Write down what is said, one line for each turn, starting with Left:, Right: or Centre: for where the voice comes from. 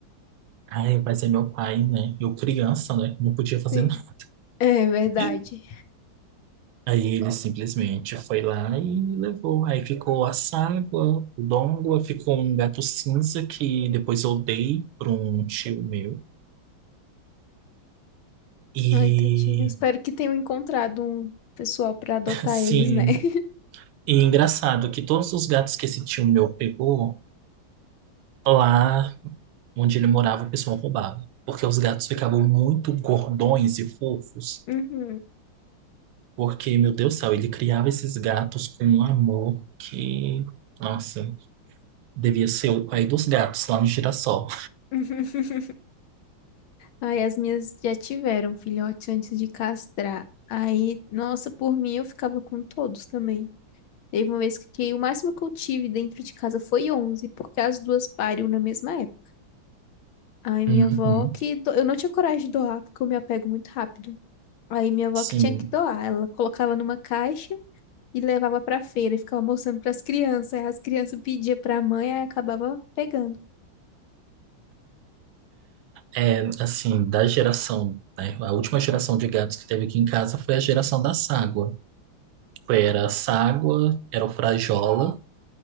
Right: Ai, mas é meu pai, né? Eu criança, né? Não podia fazer
Left: Sim,
Right: nada.
Left: é verdade.
Right: <laughs> Aí ele simplesmente foi lá e levou. Aí ficou a Ságua, o Dongua, ficou um gato cinza que depois eu dei para um tio meu. E
Left: Ai, tadinho. Espero que tenham encontrado um pessoal pra adotar
Right: assim,
Left: eles, né? <laughs>
Right: e é engraçado que todos os gatos que esse tio meu pegou, lá onde ele morava, o pessoal roubava. Porque os gatos ficavam muito gordões e fofos.
Left: Uhum.
Right: Porque, meu Deus do céu, ele criava esses gatos com um amor que, nossa, devia ser o pai dos gatos lá no girassol.
Left: <laughs> Ai, as minhas já tiveram filhotes antes de castrar. Aí, nossa, por mim eu ficava com todos também. Teve uma vez que que o máximo que eu tive dentro de casa foi 11 porque as duas pariam na mesma época. Aí minha
Right: Uhum.
Left: avó que do- eu não tinha coragem de doar, porque eu me apego muito rápido. Aí minha avó
Right: Sim,
Left: que tinha que doar, ela colocava numa caixa e levava pra feira e ficava mostrando pras crianças. Aí As crianças pediam pra mãe, aí acabava pegando.
Right: é assim, da geração, né? A última geração de gatos que teve aqui em casa foi a geração da Ságua. Foi- Era a Ságua, era o Frajola